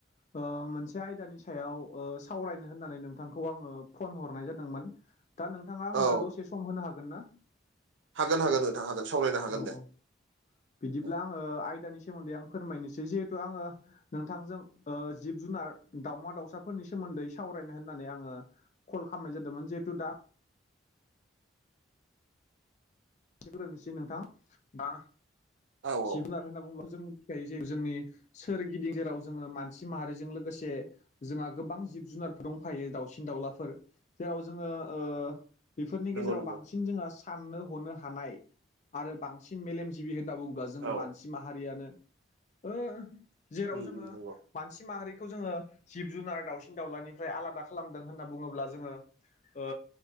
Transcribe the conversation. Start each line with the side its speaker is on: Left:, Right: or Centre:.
Left: ओ मोनसे आयदानि सायाव ओ सावरायनो होननानै नोंथांखौ आङो फन हरनाय जादोंमोन। दा नोंथाङा आंनो
Right: औ
Left: दसे सम होनो हागोन ना।
Right: हागोन - हागोन नोंथां हागोन सावरायनो हागोन
Left: औ
Right: दे।
Left: औ बिदिब्ला
Right: औ
Left: आङो आयदानि सोमोन्दै आं फोरमायनोसै जिहेथु आङो नोंथांजों ओ जिब जुनार दावमा दाउसाफोरनि सोमोन्दै सावरायनो होननानै आङो कल खालामनाय जादोंमोन। जिहेतु दा सिब्रोनोसै नोंथां दा
Right: औ
Left: जिब जुनार होनना बुङोबा जों मिथिखायो जे जोंनि सोरगिदिं जेराव जोङो मानसि माहारिजों लोगोसे जोंहा गोबां जिब जुनारफोर दंखायो दाउसिन दाउलाफोर जेराव जोङो ओ बेफोरनि गेजेराव
Right: नंगौ नंगौ
Left: बांसिन जोंहा साननो हनो हानाय आरो बांसिन मेलेमजिबि होनना बुङोब्ला जों
Right: औ
Left: मानसि माहारियानो ओ जेराव
Right: उम
Left: जोङो
Right: उम नंगौ
Left: मानसि माहारिखौ जोङो जिब जुनार दाउसिन दाउलानिफ्राय आलादा खालामदों होनना बुङोब्ला जोङो ओ